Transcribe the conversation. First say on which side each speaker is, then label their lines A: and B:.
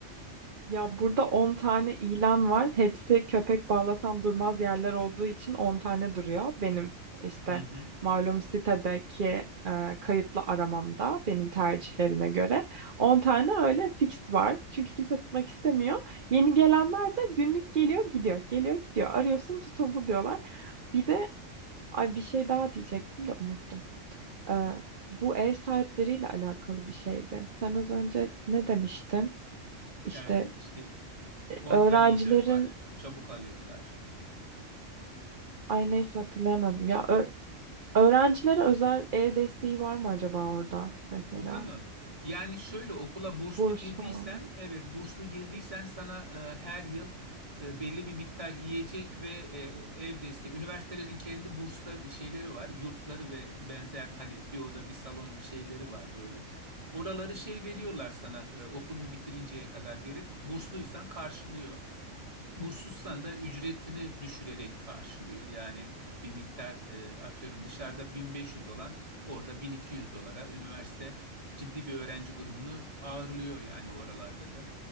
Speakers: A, on the right; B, on the right.
A: Ya burada 10 tane ilan var. Hepsi köpek bağlasam durmaz yerler olduğu için 10 tane duruyor. Benim işte
B: Hı hı.
A: malum sitedeki e, kayıtlı aramamda benim tercihlerime göre 10 tane öyle fix var. Çünkü kimse tutmak istemiyor. Yeni gelenler de günlük geliyor gidiyor. Geliyor gidiyor. Arıyorsun tutuldu diyorlar. Bir de ay bir şey daha diyecektim de unuttum. E, bu ev sahipleriyle alakalı bir şeydi. Sen az önce ne demiştin? İşte
B: Yani işte 10
A: Öğrencilerin
B: tane ilan var. Çabuk alıyorlar.
A: ay neyse hatırlayamadım. Ya ö- öğrencilere özel ev desteği var mı acaba orada mesela?
B: Burada mı? Yani şöyle okula burslu
A: Burs
B: girdiysen,
A: falan.
B: evet burslu girdiysen sana e, her yıl e, belli bir miktar yiyecek ve e, ev desteği. Üniversitelerin kendi bursları şeyleri var, yurtları ve benzer hani bir oda bir salon şeyleri var böyle. Oraları şey veriyorlar sana e, okulunu bitirinceye kadar verip bursluysan karşılıyor. Bursus'tan da ücretini düşürerek karşılıyor. Yani bir miktar e, atıyorum dışarıda 1500 olan orada 1200 dolara üniversite ciddi bir öğrenci grubunu ağırlıyor yani oralarda da.